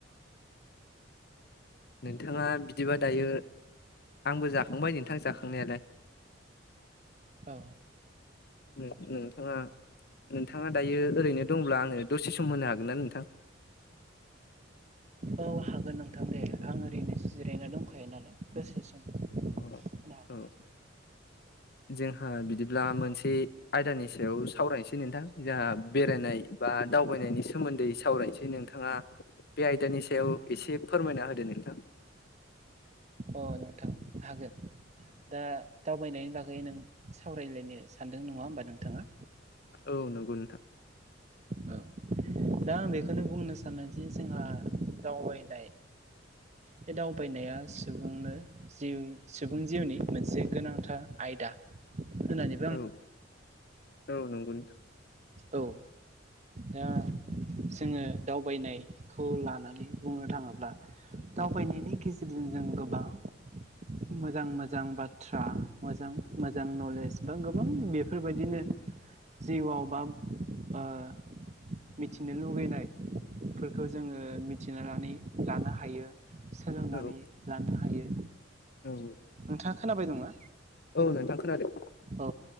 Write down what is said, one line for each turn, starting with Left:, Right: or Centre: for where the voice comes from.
Left: नोंथाङा बिदिबा दायो आंबो जाखांबाय नोंथां जाखांनायालाय।
Right: औ।
Left: नों-नोंथाङा नोंथाङा दायो ओरैनो दंब्ला आंनो दसे सम होनो हागोन ना नोंथां?
Right: औ हागोन नोंथां दे आं ओरैनोसो जिरायना दंखायो नालाय दसे सम। <unintelligible>
Left: अ
Right: हागोनदे।
Left: औ जोंहा बिदिब्ला मोनसे आयदानि सायाव सावरायनोसै नोंथां जोंहा बेरायनाय बा दावबायनायनि सोमोन्दै सावरायनोसै नों थाङा बे आयदानि सायाव एसे फोरमायना होदो नोंथां।
Right: अ नोंथां हागोन। दा दावबायनायनि बागै नों सावरायलायनो सानदों नङा होमबा नोंथाङा?
Left: औ नंगौ नोंथां।
Right: औ दा आं बेखौनो बुंनो सानोदि जोंहा दावबायनाय बे दावबायनाया सुबुंनो जिउ सुबुं जिउनि मोनसे गोनांथार आयदा होननानै
Left: औ औ नंगौ नोंथां।
Right: औ। दा जोङो दावबायनायखौ लानानै बुंनो थाङोब्ला दावबायनायनि गेजेरजों जों गोबां मोजां मोजां बाथ्रा मोजां मोजां नलेज बा गोबां बेफोरबायदिनो जिउआव बा ओह मिथिनो लुबैनायफोरखौ जोङो मिथिनानै लानो हायो। सोलोंनानै
Left: औ
Right: लानो हायो।
Left: औ
Right: नोंथाङा खोनाबाय दंना
Left: औ नोंथां खोनादों।
Right: औ